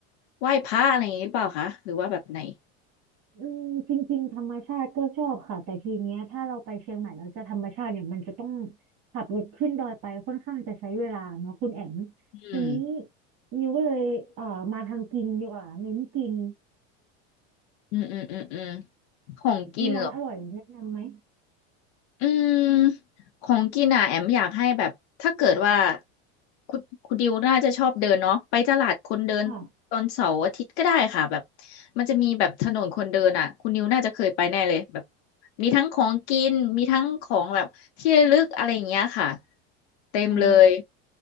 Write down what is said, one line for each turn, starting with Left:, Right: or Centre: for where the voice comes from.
Left: ไหว้พระอะไรอย่างนี้หรือเปล่าคะหรือว่าแบบไหน
Right: อืมจริงๆธรรมชาติก็ชอบค่ะแต่ทีเนี้ยถ้าเราไปเชียงใหม่แล้วจะธรรมชาติเนี่ยมันจะต้องขับรถขึ้นดอยไปค่อนข้างจะใช้เวลาเนาะคุณแอม
Left: อืม
Right: ทีนี้นิวก็เลยเอ่อมาทางกินดีกว่าเน้นกิน
Left: อืมอืมอืมอืมของกินเหรอ
Right: มีร้านอร่อยแนะนำไหม
Left: อืมของกินอ่ะแอมอยากให้แบบถ้าเกิดว่าคุณคุณดิวน่าจะชอบเดินเนาะไปตลาดคนเดินตอนเสาร์อาทิตย์ก็ได้ค่ะแบบ
Right: ค่ะ
Left: มันจะมีแบบถนนคนเดินอ่ะคุณดิวน่าจะเคยไปแน่เลยแบบมีทั้งของกินมีทั้งของแบบที่ระลึกอะไรอย่างเงี้ยค่ะเต็มเลย
Right: อ๋อ